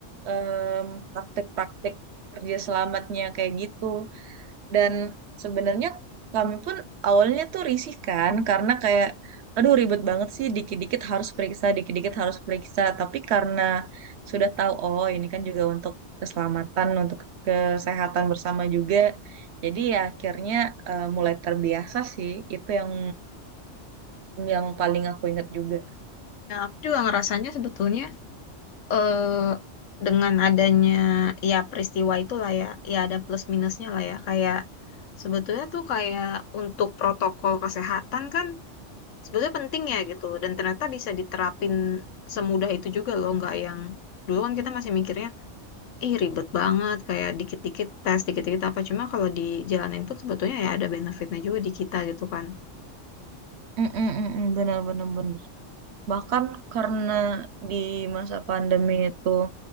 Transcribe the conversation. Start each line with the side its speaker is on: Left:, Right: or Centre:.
Right: em, praktek-praktek kerja selamatnya kayak gitu. Dan sebenarnya kami pun awalnya tuh risih kan karena kayak aduh ribet banget sih dikit-dikit harus periksa, dikit-dikit harus periksa. Tapi karena sudah tahu oh ini kan juga untuk keselamatan, untuk kesehatan bersama juga. Jadi ya akhirnya eh, mulai terbiasa sih. Itu yang yang paling aku ingat juga.
Left: Nah, aku juga ngerasanya sebetulnya eh dengan adanya ya peristiwa itulah ya ya ada plus minusnya lah ya kayak sebetulnya tuh kayak untuk protokol kesehatan kan sebetulnya penting ya gitu. Dan ternyata bisa diterapin semudah itu juga loh. Nggak yang dulu kan kita masih mikirnya, ih ribet banget. Kayak dikit-dikit tes, dikit-dikit apa. Cuma kalau dijalanin pun sebetulnya ya ada benefitnya juga di kita gitu kan.
Right: Mm-mm, mm-mm, bener bener bener. Bahkan karena di masa pandemi itu